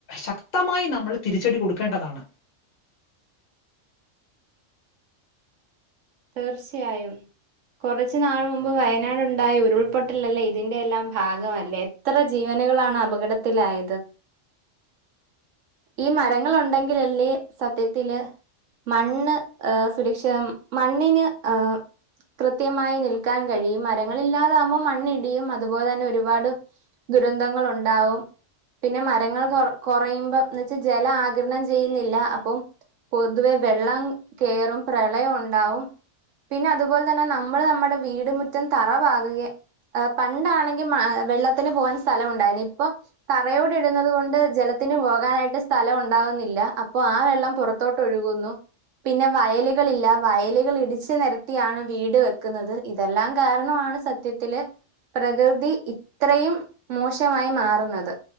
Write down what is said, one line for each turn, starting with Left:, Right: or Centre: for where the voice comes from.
Left: ശക്തമായി നമ്മൾ തിരിച്ചടി കൊടുക്കേണ്ടതാണ്
Right: തീർച്ചയായും കുറച്ച് നാൾ മുമ്പ് വയനാട് ഉണ്ടായ ഉരുൾപൊട്ടലല്ലേ ഇതിന്റെഎല്ലാം ഭാഗമല്ലേ എത്ര ജീവനുകളാണ് അപകടത്തിലായത് ഈ മരങ്ങൾ ഉണ്ടെങ്കിലല്ലേ സത്യത്തില് മണ്ണ് ഏഹ് സുരക്ഷിതം മണ്ണിന് ആഹ് കൃത്യമായി നിൽക്കാൻ കഴിയും മരങ്ങളില്ലാതാകുമോൾ മണ്ണിടിയും അതുപോലെ തന്നെ ഒരുപാട് ദുരന്തങ്ങളുണ്ടാവും പിന്നെ മരങ്ങൾ കൊ കുറയുമ്പോ എന്നന്ന് വച്ചാ ജലം ആകിരണം ചെയ്യുന്നില്ല അപ്പം പൊതുവെ വെള്ളം കേറും പ്രളയം ഉണ്ടാവും പിന്നെ അതുപോലെ തന്നെ നമ്മൾ നമ്മുടെ വീടു മുറ്റും തറ പാകുകെ പണ്ടാണെങ്കിൽ വെള്ളത്തിന് പോകാൻ സ്ഥലം ഉണ്ടായിരുന്നു ഇപ്പൊ തറയോട് ഇടുന്നത് കൊണ്ട് ജലത്തിന് പോകാനായിട്ട് സ്ഥലം ഉണ്ടാവുന്നില്ല അപ്പൊ ആ വെള്ളം പുറത്ത് തോട്ടൊഴുകുന്നു പിന്നെ വയലുകൾ ഇല്ലാ വയലുകൾ ഇടിച്ച് നിരത്തിയാണ് വീട് വെക്കുന്നത് ഇതെല്ലാം കാരണമാണ് സത്യത്തില് പ്രകൃതി ഇത്രയും മോശമായി മാറുന്നത്